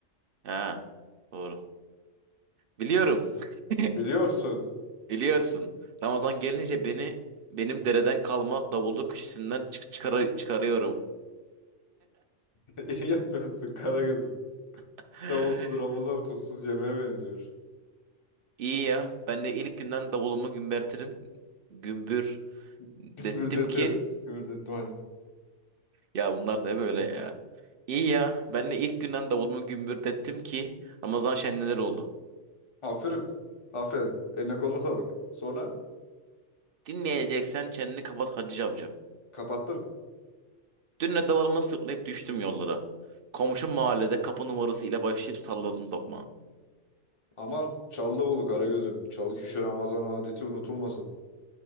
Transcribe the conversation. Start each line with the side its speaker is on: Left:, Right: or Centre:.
Right: Ha, doğru. Biliyorum. <laughs>
Left: Biliyorsun.
Right: Biliyorsun. Ramazan gelince beni benim dereden kalma davulluk köşesinden çık çıkara- çıkarıyorum.
Left: <laughs> İyi yapıyorsun Karagöz'üm.
Right: <gasps>
Left: Davulsuz Ramazan tuzsuz yemeğe benziyor.
Right: İyi ya. Ben de ilk günden davulumu gümbürtirim. Gümbür
Left: <laughs>
Right: dettim
Left: Gümürdeti,
Right: ki
Left: gümürdettim
Right: Ya bunlar ne böyle ya? İyi ya. Ben de ilk günden davulumu gümbürdettim ki Ramazan şenliler oldu.
Left: Aferin. Aferin. Eline koluna sağlık. Sonra
Right: Dinleyeceksen çeneni kapat Hacı amca.
Left: kapattım.
Right: Dün de davulumu sırtlayıp düştüm yollara. Komşu mahallede kapı numarası ile başlayıp salladım tokmağı.
Left: Aman Çallıoğlu Karagöz'üm. Çalıkuşu Ramazan adeti unutulmasın.